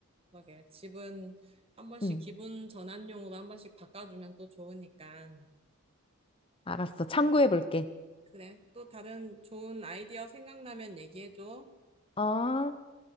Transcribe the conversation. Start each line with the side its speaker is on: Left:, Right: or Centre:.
Right: 그러게. 집은 한 번씩
Left: 응.
Right: 기분 전환용으로 한 번씩 바꿔주면 또 좋으니까.
Left: 알았어. 참고해 볼게.
Right: 그래. 또 다른 좋은 아이디어 생각나면 얘기해줘.
Left: 어.